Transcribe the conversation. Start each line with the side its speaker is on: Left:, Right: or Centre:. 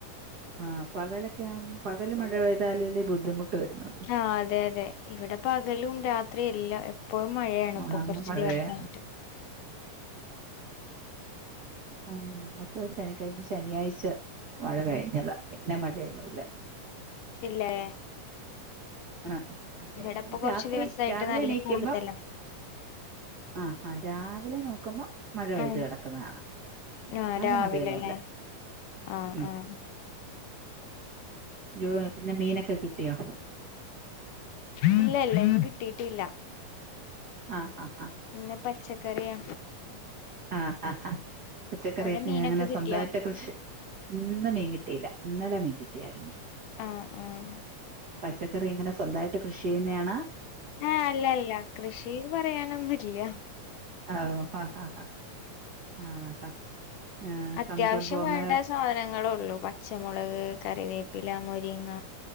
Right: ആ പകലൊക്കെ ആവുമ്പ പകല് മഴ പ്താലെ ബുദ്ധിമുട്ട് വരുന്നുന്നത്ണ്ട്
Left: ആഹ് അതെ അതെ ഇവിടെ പകലും രാത്രിയും എല്ലാം പ്പളും മഴയാണ് ഇപ്പൊ
Right: ആ
Left: കുറച്ച്
Right: മഴയാ
Left: ദിവസമായിട്ട്
Right: ആഹ് നമ്മുക്ക് ശനി കഴിഞ്ഞ് ശനിയാഴ്ച മഴ കഴിഞ്ഞതാ പിന്നെ മഴയൊന്നുല്ല
Left: ഇല്ലേ
Right: ആഹ്
Left: ഇവിടെപ്പൊ കൊറച്ച്
Right: രാത്രി
Left: ദിവസായിട്ട്
Right: രാവിലെ
Left: നല്ല
Right: എണീക്കുമ്പോ
Left: കൂടുതലാ
Right: ആഹ് ആഹ് രാവിലെ നോക്കുമ്പോ മഴ പെയ്ത്
Left: ഉം
Right: കിടക്കുന്നത് കാണ അല്ലാതെ
Left: ആഹ് രാവിലെല്ലേ
Right: മഴയൊന്നുല്ല
Left: ആഹ്
Right: ഉം
Left: ആഹ്
Right: ജോഹാ പിന്നെ മീനൊക്കെ കിട്ട് യോ
Left: ഇല്ല ഇല്ല ന്ന് കിട്ടിട്ടില്ല
Right: ആഹ് ആഹ് ആഹ്
Left: ഇന്ന് പച്ചക്കറിയാ
Right: ആ ആ പച്ചക്കറിയൊക്കെ
Left: അവിടെ മീനൊക്കെ
Right: അങ്ങനെ
Left: കിട്ട്
Right: സ്വന്തമായിട്ട്
Left: യോ
Right: കൃഷി ഇന്ന് മീൻകിട്ടില്ല ഇന്നലെ മീൻകിട്ടിയാരുന്നു
Left: ആഹ് ആഹ്
Right: പച്ചക്കറി എങ്ങനെ സ്വന്തായിട്ട് കൃഷി ചെയ്യുന്നെ ആണോ
Left: ആഹ് അല്ല അല്ല കൃഷിന്ന് പറയാനൊന്നുല്ല
Right: ഓഹ് ആഹ് ആഹ് ആഹ് ആഹ്
Left: അത്യാവശ്യം
Right: സംരംഭം അങ്ങനെ
Left: വേണ്ട സാധനങ്ങള്ളൊള്ളൂ പച്ച പച്ചമുളക് കറിവേപ്പില മുരിങ്ങ